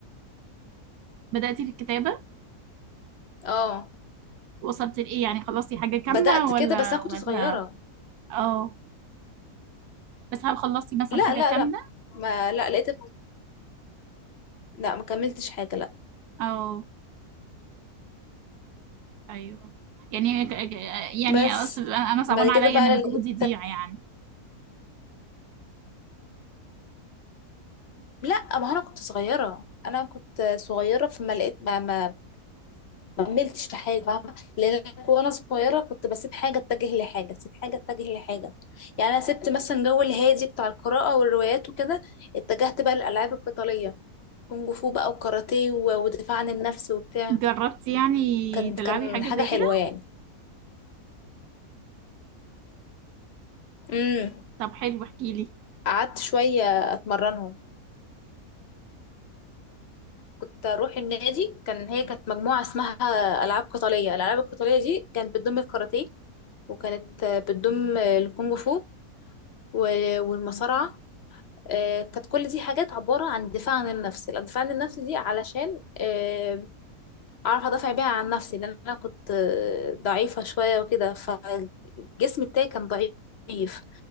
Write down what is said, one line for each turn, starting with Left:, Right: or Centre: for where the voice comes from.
Right: بدأتي في الكتابة
Left: اه
Right: وصلت لإيه يعني خلصتي حاجة كاملة
Left: بدأت
Right: ولا
Left: كده بس انا
Right: ولا
Left: كنت صغيره
Right: اه بس هل خلصتي مثلا
Left: لا
Right: حاجة
Left: لا
Right: كاملة
Left: لا ما لا لقيت لا ما كملتش حاجه لا
Right: أو أيوه يعني ك- ك- يعني
Left: بس
Right: أص- أنا صعبان
Left: بعد
Right: عليا
Left: كده بقى
Right: إن مجهودي
Left: لقيت
Right: يضيع يعني
Left: لا ما انا كنت صغيره انا كنت صغيره فما لقيت ما ما ما كملتش في حاجه فاهمه لان أنا وانا صغيره كنت بسيب حاجه اتجه لحاجه اسيب حاجه اتجه لحاجه يعني انا سبت مثلا جو الهادي بتاع القراءه والروايات وكده اتجهت بقى للالعاب القتاليه كونج فو بقى وكاراتيه و- ودفاع عن النفس وبتاع
Right: جربتي يعني
Left: كان
Right: تلعبي
Left: كان
Right: حاجة
Left: حاجه
Right: زي
Left: حلوه
Right: كده
Left: يعني امم
Right: طب حلو احكيلي
Left: قعدت شويه اتمرنهم كنت اروح النادي كان هي كانت مجموعه اسمها العاب قتاليه الالعاب القتاليه دي كانت بتضم الكاراتيه وكانت بتضم الكونج فو و- والمصارعة آه، كانت كل دي حاجات عبارة عن دفاع عن النفس الدفاع عن النفس دي علشان آه، أعرف أدافع بيها عن نفسي لأن أنا كنت آه، ضعيفة شوية وكده فالجسم بتاعي كان ضعيف